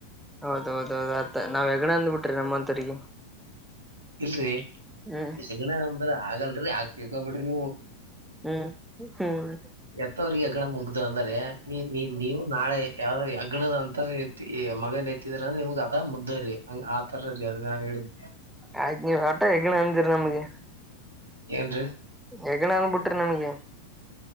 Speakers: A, in the centre; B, on the right.
A: ಹೌದ ಹೌದೌದು ಆತ್ತ ನಾವ್ ಹೆಗ್ಣ ಅಂದ್ಬಿಟ್ರಿ ನಮ್ಮಂತರಿಗೆ
B: ಇಲ್ರರಿ
A: ಹ್ಮ್
B: ಹೆಗಣ ಅಂದ್ರ ಆಗಲ್ರರಿ ಆಗ್ ತಿಳ್ಕೊಬಿಡ್ರಿ ನೀವು.
A: ಹ್ಮ್ ಹ್ಮ್
B: ಹೆತ್ತವಿಗೆ ಹೆಗ್ಗಣ ಮುಗ್ದು ಅಂದ್ರೆ ನೀ ನೀವು ನಾಳೆ ಯಾವ ಹೆಗ್ಣದ ಅಂತವ್ ಮಗನ್ ಹೆತಿದ್ರ ಅಂದ್ರೆ ನಿಮಗ್ಗೆ ಅದ ಮುದ್ದರಿ ಹಂಗ ಆತರ ರೀ ಅದ ಹೇಳಿದ್ದೆ.
A: ಆಯ್ತ ನೀವ ಒಟ ಹೆಗ್ಣ ಅಂದಿರಿ ನಮ್ಗೆ.
B: ಏನ್ರಿ.
A: ಹೆಗಣ ಅನ್ಬಿಟ್ರಿ ನಮಗೆ.